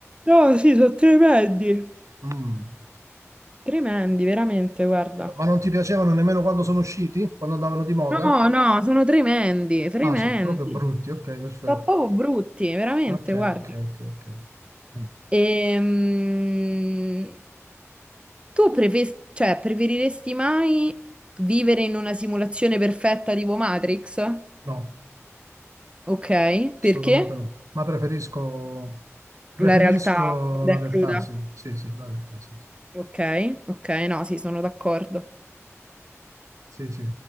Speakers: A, on the right; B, on the right.
A: No, sì, sono tremendi.
B: Mm.
A: Tremendi, veramente, guarda.
B: Ma non ti piacevano nemmeno quando sono usciti? Quando andavano di moda?
A: No, no, sono tremendi, tremendi.
B: Ah, sono proprio brutti, ok, perfetto.
A: Sono proprio brutti, veramente,
B: Ok, ok,
A: guarda.
B: ok, ok. Bene.
A: Ehm, tu prefe- cioè, preferiresti mai vivere in una simulazione perfetta tipo Matrix?
B: No,
A: Ok,
B: assolutamente
A: perché?
B: no. Ma preferisco, preferisco
A: La realtà nuda
B: la realtà,
A: e cruda.
B: sì. Sì, sì, la realtà, sì.
A: Ok, ok, no, sì, sono d'accordo.
B: Sì, sì.